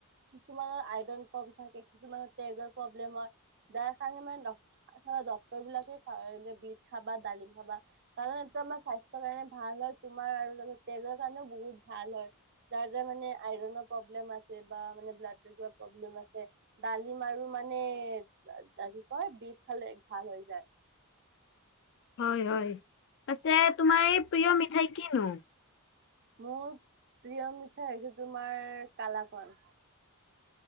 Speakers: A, on the right; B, on the left.
A: কিছুমানৰ আইৰন কম থাকে, কিছুমানত তেজৰ প্ৰব্লেম হয়। <unintelligible> কাৰণে মানে ডক্ত-ডক্তৰবিলাকে খা এ বিট খাবা, ডালিম খাবা কাৰণ এইটো আমাৰ স্বাস্থ্যৰ কাৰণে ভাল হয়। তোমাৰ আৰু জানা তেজৰ কাৰণেও বহুত ভাল হয়। যাৰ যাৰ মানে আইৰন প্ৰব্লেম আছে বা মানে ব্লাডৰ কিবা প্ৰব্লেম আছে ডালিম আৰু মানে কি কয় বিট খালে ভাল হৈ যায়।
B: হয়, হয়। পাছে তোমাৰ এই প্ৰিয় মিঠাই কিনো?
A: মোৰ প্ৰিয় মিঠাই হৈছে তোমাৰ কালাকণ।